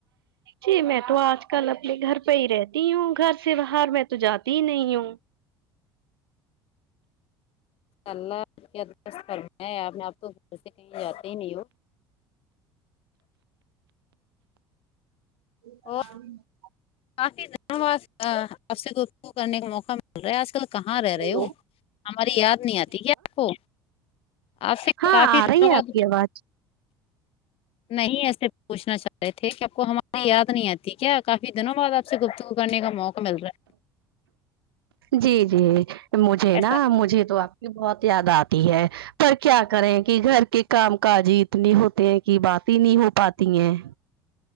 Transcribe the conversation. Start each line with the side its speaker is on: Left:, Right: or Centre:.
Right: جی میں تو آج کل اپنے گھر پہ ہی رہتی ہوں گھر سے باہر میں تو جاتی ہی نہیں ہوں
Left: اللہ کی <unintelligible> کرم آپ نے آپ کو جیسے کہیں جاتے ہی نہیں ہو
Right: <unintelligible>
Left: اور کافی دنوں بعد آپ سے گفتگو کرنے کا موقع مل رہا ہے آج کل کہاں رہ رہے
Right: ہیلو
Left: ہو ہماری یاد نہیں آتی کیا آپ کو آپ سے
Right: ہاں
Left: کافی
Right: آ
Left: دنوں
Right: رہی ہے
Left: بعد
Right: آپ کی آواز
Left: نہیں ایسے پوچھنا چاہ رہے تھے کہ آپ کو ہماری یاد نہیں آتی کیا کافی دنوں بعد آ پ سے گفتگو کرنے کا موقع مل رہا ہے
Right: جی جی مجھے
Left: ایسا
Right: نا مجھے تو آپ کی بہت یاد آتی ہے پر کیا کریں کہ گھر کے کام کاج ہی اتنے ہوتے ہیں کہ بات ہی نہیں ہو پاتی ہیں